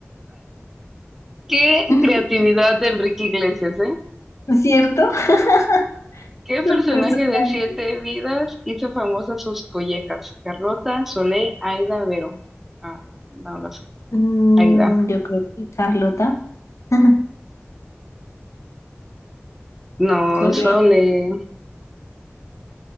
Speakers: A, in the centre; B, on the left.
A: Qué
B: ¿No
A: creatividad de Enrique Iglesias, ¿eh?
B: ¿Cierto? <laughs>
A: ¿Qué personaje
B: Los personajes.
A: de Siete Vidas hizo famosas sus collejas? Carlota, Solé, Aida, Vero. Ah, no lo sé.
B: Mm,
A: Aida.
B: yo creo que Carlota. <laughs>
A: No,
B: Chole,
A: Solé.